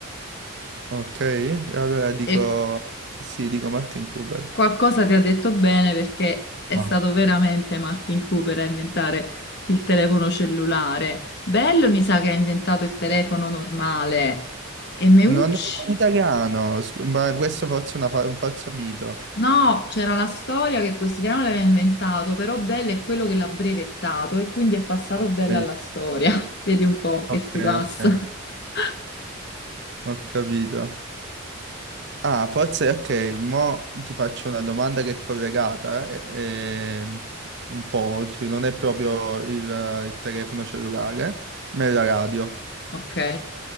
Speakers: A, on the right; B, on the left.
A: ok? E Allora dico,
B: e
A: sì, dico Martin Cooper.
B: qualcosa ti ha detto bene perché è
A: Ah.
B: stato veramente Martin Cooper a inventare il telefono cellulare. Bello mi sa che ha inventato il telefono normale. E Meucci?
A: Non è un italiano, scu- ma questo forse è una fa- un falso mito.
B: No, c'era la storia che quest'italiano l'aveva inventato, però Bell è quello che l'ha brevettato e quindi è passato
A: Ok,
B: Bell alla storia. <laughs> Vedi un po' che
A: ok,
B: si passa.
A: ok,
B: <laughs>
A: ho capito. Ah, forse, ok, mo ti faccio una domanda che è collegata, eh, ehm, un po', sì, non è proprio il, il telefono cellulare, ma è la radio.
B: Ok.